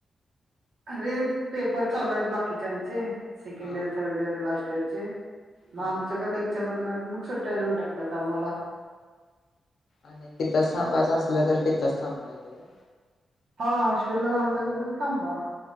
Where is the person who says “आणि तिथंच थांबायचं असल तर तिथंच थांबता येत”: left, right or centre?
Left